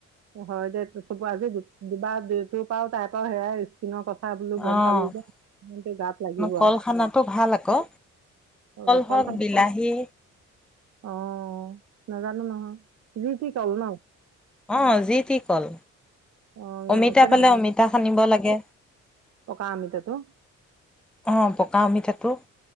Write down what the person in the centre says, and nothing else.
অ',
কল খানাটো ভাল আকৌ।
হওক,
বিলাহী
অ যি তি কল।
অমিতা
পালে অমিতা সানিব লাগে।
অ, পকা আমিতা তো